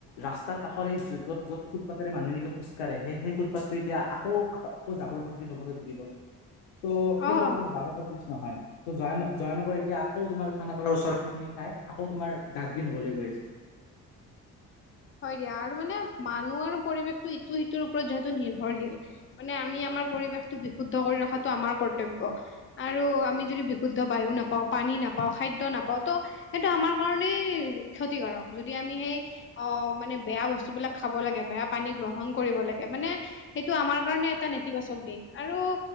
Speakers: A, on the left (about 75°); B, on the left (about 30°).
A: ৰাস্তাৰ কাষৰে এই যত-য'ত ফুটপাতেৰে মানুহ এনেকে খোজকাঢ়ে সেই-সেই ফুটপাথটো এতিয়া আকৌ আকৌ জাবৰ সদৃশ হ'বলৈ ধৰিব ত' সেইটো
B: অ অ
A: আচলতে জাবৰ সদৃশ নহয়। ত জয়ান' জয়নগৰ এতিয়া আকৌ তোমাৰ খানাপাৰৰ ওচৰত সেইখিনি ঠাই আকৌ তোমাৰ ডাষ্টবিন হবলৈ গৈ আছে।
B: হয় দিয়া আৰু মানে মানুহ আৰু পৰিৱেশটো ইটো সিটোৰ ওপৰত যিহেতু নিৰ্ভৰশীল মানে আমি আমাৰ পৰিৱেশটো বিশুদ্ধ কৰি ৰখাটো আমাৰ কৰ্তব্য। আৰু আমি যদি বিশুদ্ধ বায়ু নাপাওঁ পানী নাপাওঁ খাদ্য নাপাওঁ ত'। সেইটো আমাৰ কাৰণেই ক্ষতিকাৰক যদি আমি সেই অ মানে বেয়া বস্তুবিলাক খাব লাগে বেয়া পানী গ্ৰহণ কৰিব লাগে মানে সেইটো আমাৰ কাৰণে এটা নেতিবাচক দিশ আৰু